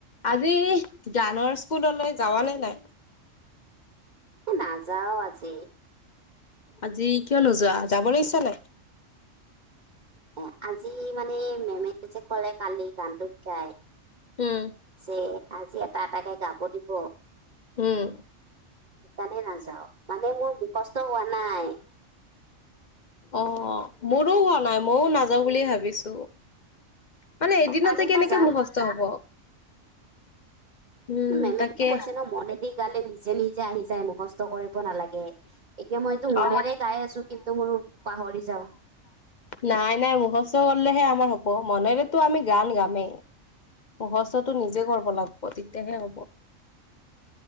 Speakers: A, on the left; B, on the right.
A: আজি গানৰ স্কুললৈ যাৱা নে নাই?
B: নাযাও আজি
A: আজি কিয় নোযোৱা যাবলৈ ইচ্ছা নাই?
B: এ আজি মানে মেমে যে কলে কালি গানটো শিকাই
A: উম
B: যে আজি এটা এটাকে গাব দিব
A: উম।
B: সেইকাৰনে নাযাও মানে মোৰ মুখস্থ হোৱা নাই।
A: অ, মোৰো হোৱা নাই, মইও নাযাওঁ বুলি ভাবিছো। মানে এদিনতে
B: অ', কালিৰ
A: কেনেকে
B: পৰা যাম।
A: মুখস্থ হব উম
B: মেমেতো
A: তাকে
B: কৈছে ন মনেদি গালে নিজে নিজে আহি যায় মুখস্থ স্থ কৰিব নালাগে, এতিয়া মই এইটো মনেৰে
A: অ
B: গাই আছো কিন্তু মোৰ পাহৰি যাওঁ
A: নাই, নাই মুখস্থ কৰিলেহে আমাৰ হ'ব মনেৰেতো আমি গান গামেই মুখস্থটো নিজে কৰিব লাগিব তেতিয়াহে হ'ব